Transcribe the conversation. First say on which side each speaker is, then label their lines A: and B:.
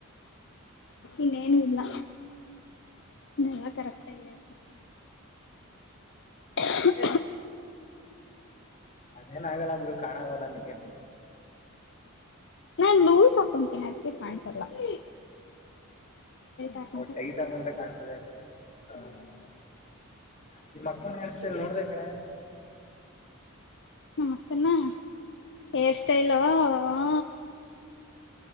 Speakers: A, on the left; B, on the left.
A: ಇನ್ನೇನು ಇಲ್ಲ ಇಲ್ಲ ಕರೆಕ್ಟ್ ಆಗಿದೆ ಹೊಟ್ಟೆ <inaudible>
B: ಅದೇನ್ ಆಗಲ್ಲ ಬಿಡು ಕಾಣಾಗಲ್ಲ ನಿಂಗೆ
A: ನಾನ್ ಲೂಸ್ ಹಾಕೊತೀನಿ ಅದ್ಕ ಕಾಣಸಲ್ಲ <inaudible> ಹಾಕೊಂಡ್ರೆ
B: ಒ ಟೈಟು
A: ಕಾಣಸುತ್ತೆ
B: ಹಾಕ್ಕೊಂಡ್ರೆ ಕಾಣ್ತದೆ ಅಂತ
A: ಹ್ಮ್
B: ಹ ನಿ ಮಕ್ಕೂನ್ ಹೆನ್ಸಲ್ ನೋಡ್ದ ಕಣೆ
A: ನಮ್ಮಕ್ಕನ ಹೇರ್ ಸ್ಟೈಲ್ ಹೂ ಹಾ